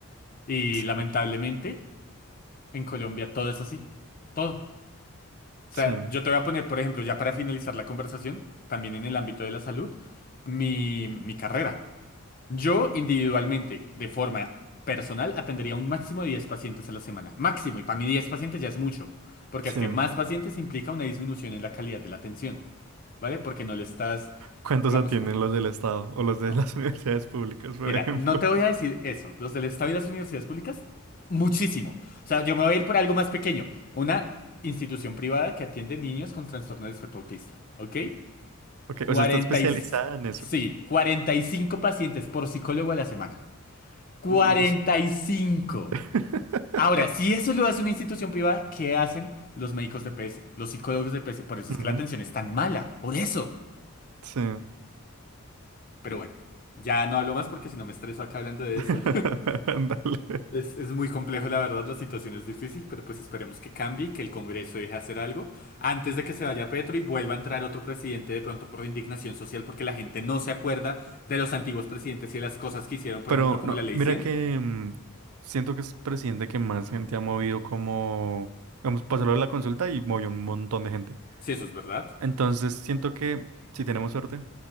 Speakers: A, on the left; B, on the right.
A: Y
B: Sí,
A: lamentablemente, en Colombia todo es así. Todo. O sea,
B: sí,
A: yo te voy a poner, por ejemplo, ya para finalizar la conversación, también en el ámbito de la salud, mi, mi carrera. Yo individualmente, de forma personal, atendería un máximo de 10 pacientes a la semana. Máximo, y para mí 10 pacientes ya es mucho, porque
B: sí.
A: es que más pacientes implica una disminución en la calidad de la atención, ¿vale? Porque no le estás,
B: ¿Cuántos
A: digamos,
B: atienden
A: como...
B: los del Estado o los de
A: No.
B: las <laughs> universidades públicas, por
A: Mira,
B: ejemplo?
A: no te voy
B: <laughs>
A: a decir eso. Los del Estado y las universidades públicas, muchísimo. O sea, yo me voy a ir por algo más pequeño. Una institución privada que atiende niños con trastorno de espectro autista, ¿ok?
B: Ok,
A: 40
B: o sea, está especializada
A: y...
B: en eso.
A: Sí, 45 pacientes por psicólogo a la semana. cuarenta
B: Uy.
A: y cinco.
B: <laughs>
A: Ahora, si eso lo hace una institución privada, ¿qué hacen los médicos de PS, los psicólogos de PS? Por eso
B: Ujú,
A: es que la atención es tan mala, por eso.
B: sí.
A: Pero bueno, ya no hablo más porque si no me estreso acá hablando de
B: <laughs>
A: eso.
B: Ándale.
A: Es, es muy complejo, la verdad, la situación es difícil, pero pues esperemos que cambie y que el Congreso deje hacer algo antes de que se vaya Petro y vuelva a entrar otro presidente de pronto por indignación social porque la gente no se acuerda de los antiguos presidentes y de las cosas que hicieron, por
B: Pero
A: ejemplo, como
B: no,
A: la Ley
B: mira
A: cien.
B: que mm, siento que es presidente que más gente ha movido como, vamos, pasó lo de la consulta y movió un montón de gente.
A: Si eso es verdad,
B: Entonces, siento que si tenemos suerte,